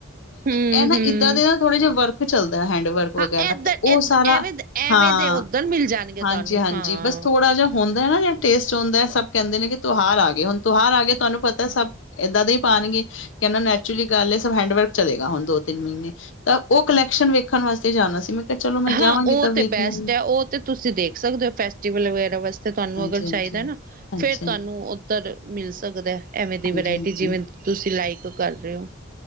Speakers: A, on the right; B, on the left.
A: ਹੂੰ
B: ਇਹ ਨਾ
A: ਹੂੰ
B: ਇੱਦਾਂ ਦੇ ਨਾ ਥੋੜੇ ਜਿਹੇ ਵਰਕ ਚੱਲਦਾ ਹੈਂਡ ਵਰਕ ਵਗੈਰਾ
A: ਹਾਂ ਏਧਰ
B: ਉਹ,
A: ਏਧ
B: ਹਾਂ,
A: ਐਵੇਂ ਐਵੇਂ ਦੇ ਉੱਧਰ ਮਿਲ ਜਾਣਗੇ
B: ਹਾਂਜੀ-ਹਾਂਜੀ
A: ਤੁਹਾਨੂੰ ਹਾਂ।
B: ਬਸ ਥੋੜਾ, ਥੋੜਾ ਜਹਾ ਹੁੰਦਾ ਨਾ ਜਾਂ ਟੇਸਟ ਹੁੰਦਾ ਸਭ ਕਹਿੰਦੇ ਨੇ ਕਿ ਤ ਤੁਉਹਾਰ ਆਏ ਹੁਣ ਤਿਉਹਾਰ ਆਏ ਤੁਹਾਨੂੰ ਪਤਾ ਸਭ, ਇੱਦਾਂ ਦੇ ਹੀ ਪਾਣਗੇ ਕਹਿਣਾ ਨੈਚੁਰਲੀ ਗੱਲ ਸਭ ਹੈਂਡਵਰਕ ਚਲੇਗਾ ਹੁਣ ਦੋ ਤਿੰਨ ਮਹੀਨੇ ਤਾਂ ਉਹ ਕਲੈਕਸ਼ਨ ਵੇਖਣ ਵਾਸਤੇ ਜਾਣਾ ਸੀ ਮੈਂ ਕਿਹਾ ਚਲੋ ਮੈਂ
A: ਹਾਂ,
B: ਜਾਵਾਂਗੀ
A: ਉਹ
B: ਤਾਂ ਵੇਖ
A: ਤੇ ਬੈਸਟ
B: ਲਵਾਂਗੀ
A: ਐ ਉਹ ਤੇ ਤੁਸੀਂ ਦੇਖ ਸਕਦੇ ਓ ਫੈਸਟੀਵਲ ਵਗੈਰਾ ਵਾਸਤੇ ਤੁਹਾਨੂੰ
B: ਹਾਂਜੀ-ਹਾਂਜੀ।
A: ਅਗਰ ਚਾਹੀਦਾ ਨਾ
B: ਹਾਂਜੀ
A: ਫੇਰ ਤੁਹਾਨੂੰ ਉੱਧਰ ਮਿਲ ਸਕਦਾ ਐਵੇਂ
B: ਹਾਂਜੀ-ਹਾਂਜੀ
A: ਦੀ ਵਰਾਇਟੀ ਜਿਵੇਂ ਤੁਸੀਂ ਲਾਈਕ ਕਰ ਰਹੇ ਹੋ